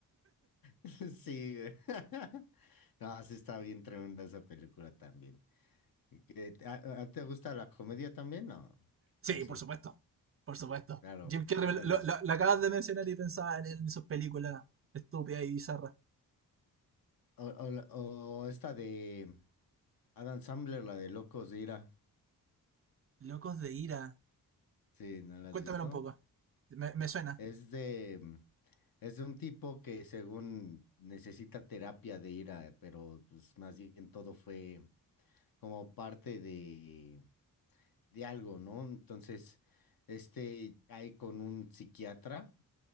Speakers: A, on the left; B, on the right.
A: <laughs> Sí, güey. <laughs> No, así está bien tremenda esa película también. ¿Qué- a- a- ¿Te gusta la comedia también? No.
B: Sí,
A: No, sí,
B: por supuesto. Por supuesto.
A: claro,
B: Jim Carrey,
A: son
B: me lo,
A: de
B: lo-
A: las...
B: lo- lo acabas de mencionar y pensaba en, él, en sus películas estúpidas y bizarras.
A: O, o la- o esta de Adam Sandler, la de Locos de Ira.
B: Locos de ira.
A: Sí, ¿no la has
B: Cuéntamelo
A: visto?
B: un poco. Me, me suena.
A: Es de... mm, Es de un tipo que según necesita terapia de ira, pero pues, más bien todo fue como parte de, de algo, ¿no? Entonces, este cae con un psiquiatra